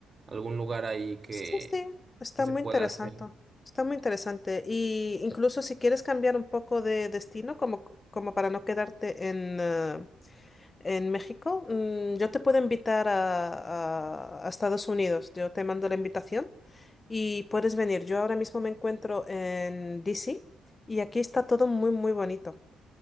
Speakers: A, on the right (about 35°); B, on the left (about 25°).
A: algún lugar ahí que,
B: Sí, sí, está
A: que se
B: muy
A: pueda
B: interesante.
A: hacer.
B: Está muy interesante. Y incluso si quieres cambiar un poco de destino, como, como para no quedarte en, eh, En México, mm, yo te puedo invitar a, a- a Estados Unidos. Yo te mando la invitación y puedes venir. Yo ahora mismo me encuentro en DC y aquí está todo muy, muy bonito.